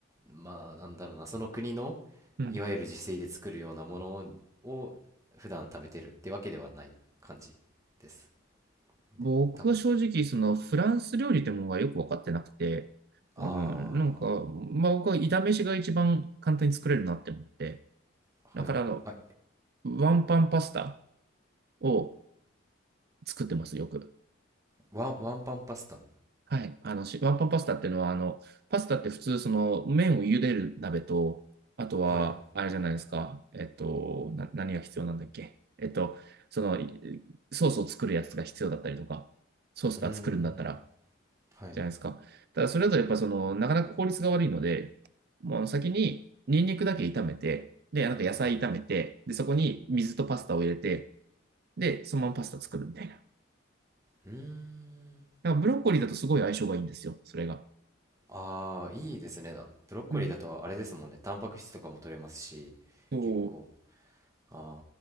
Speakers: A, on the right (about 15°); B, on the right (about 50°).
A: まあ、なんだろうな、その国の、
B: うん
A: いわゆる自炊で作るようなものを、普段食べてるってわけではない感じですね、
B: 僕は正直、
A: 多分。
B: そのフランス料理ってものがよく分かってなくて、うん、
A: あ
B: なんか、まあ僕は炒飯が一番簡単に作れるなって思って、
A: あ、
B: だからあの、
A: はい。あ、
B: ワンパンパスタを作ってます、よく。
A: ワン、ワンパンパスタ。
B: はい。あの、しワンパンパスタっていうのは、あの、パスタって普通、その、麺を茹でる鍋と、あとは、
A: はい。
B: あれじゃないですか、えっと、な、何が必要なんだっけ。えっと、その、いソースを作るやつが必要だったりとか、ソースが作るんだったら、
A: うーん。はい。
B: じゃないですか。ただ、それだとやっぱその、なかなか効率が悪いので、もうあの先にニンニクだけ炒めて、で、なんか野菜炒めて、
A: うん。
B: で、そこに水とパスタを入れて、で、そのままパスタ作るみたいな。
A: うーん。
B: だからブロッコリーだとすごい相性がいいんですよ、それが。
A: ああ、いいですね。だブロッコリーだとあれですもんね。
B: うん。
A: タンパク質とかも取れますし、
B: そう。
A: 結構。あ